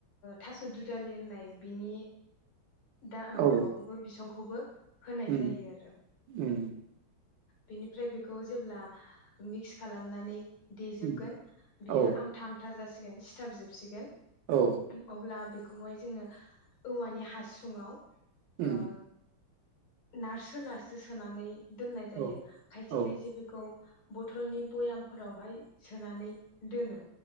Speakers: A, on the left; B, on the right.
A: थास' दुदालि होननाय बिनि दा आं
B: औ
A: माबा बिसं <unintelligible> होनाय
B: उम
A: जायो आरो
B: उम
A: बिनिफ्राय बेखौ जेब्ला मिक्स खालामनानै देेजोबगोन
B: उम
A: बियो
B: औ
A: आं आमथा आमथा जासिगोन गोन सिथाबजोबसिगोन
B: औ
A: अब्ला बे बेखौहाय जोङो औवानि हासुङाव
B: उम
A: ओ नारसो नारसो सोनानै दोननाय जायो
B: औ
A: खायसे
B: औ
A: खायसे बेखौ बथलनि बयामफोरावहाय सोनानै दोनो